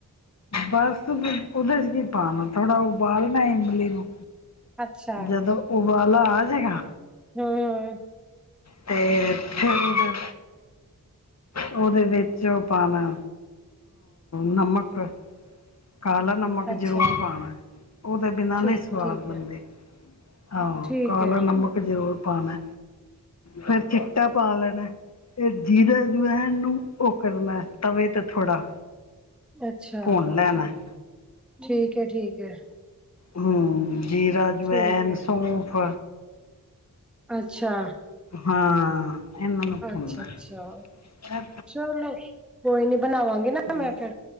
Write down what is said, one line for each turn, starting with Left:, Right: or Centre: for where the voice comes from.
Left: ਬਸ ਉਹਦੇ ਚ ਕੀ ਪਾਉਣਾ ਥੋੜਾ ਉਬਾਲਣਾ ਇਮਲੀ ਨੂੰ।
Centre: ਅੱਛਾ
Left: ਜਦੋਂ ਉਬਾਲਾ ਆ ਜਾਏਗਾ।
Centre: ਹਮ।
Left: ਤੇ ਫਿਰ। ਉਹਦੇ ਵਿੱਚ ਉਹ ਪਾਣਾ ਨਮਕ। ਕਾਲਾ ਨਮਕ
Centre: ਅੱਛਾ
Left: ਜ਼ਰੂਰ ਪਾਉਣਾ ਉਹਦੇ ਬਿਨਾਂ
Centre: ਠੀਕ
Left: ਨਹੀਂ ਸਵਾਦ
Centre: ਹੈ ਠੀਕ
Left: ਬਣਦੇ।
Centre: ਹੈ
Left: ਆਹੋ
Centre: ਠੀਕ
Left: ਕਾਲਾ
Centre: ਹੈ
Left: ਨਮਕ ਜ਼ਰੂਰ ਪਾਣਾ ਫੇਰ ਚਿੱਟਾ ਪਾ ਲੈਣਾ। ਇਹ ਜੀਰਾ ਜੋ ਹੈ ਇਹਨੂੰ ਉਹ ਕਰਨਾ ਤਵੇ ਤੇ ਥੋੜਾ।
Centre: ਅੱਛਾ
Left: ਭੁੰਨ ਲੈਣਾ ਹੈ।
Centre: ਠੀਕ ਹੈ ਠੀਕ ਹੈ।
Left: ਹਮ ਜੀਰਾ, ਅਜਵੈਨ,
Centre: ਠੀਕ ਹੈ
Left: ਸੌਫ।
Centre: ਅੱਛਾ।
Left: ਹਾਂ। ਇਹਨਾਂ ਨੂੰ ਭੁੰਨਣਾ
Centre: ਅੱਛਾ ਅੱਛਾ
Left: ਹੈ।
Centre: ਚਲੋ। ਕੋਈ ਨੀ ਬਣਾਵਾਂਗੇ ਨਾ
Left: ਹੂੰ,
Centre: ਮੈਂ ਫਿਰ